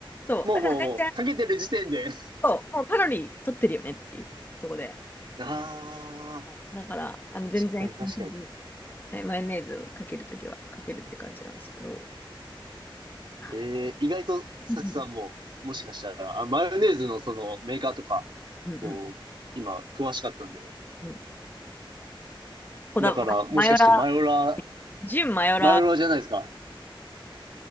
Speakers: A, on the left; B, on the right.
A: そう。
B: もうもうもう、
A: だから全然、
B: かけてる時点で。
A: そう、もうカロリー取ってるよねっていうとこで。
B: <laughs> あ
A: はい、だから、あの、全然気にせず、
B: ー、確かに確かに。
A: はい、マヨネーズをかけるときはかけるって感じなんですけど。あ
B: えー、意外と、サチさんも、
A: うん
B: もしかしたら、あ、マヨネーズのそのメーカーとか、
A: うんうんう
B: こう、今、詳しかったんで。
A: んうん。こだ、
B: だから、
A: まマヨラー、
B: もしかしてマヨラ
A: 純マヨラー、
B: ー、マヨラーじゃないですか。